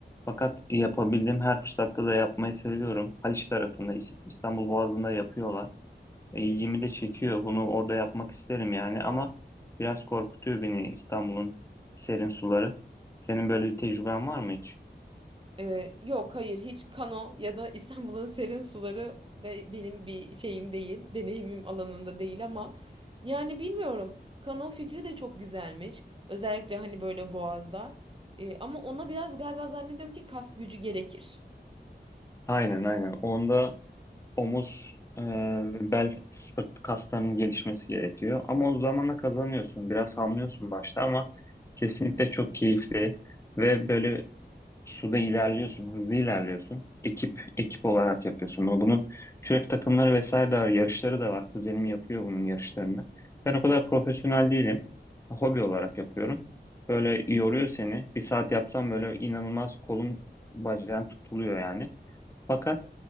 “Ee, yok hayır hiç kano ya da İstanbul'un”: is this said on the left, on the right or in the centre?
Right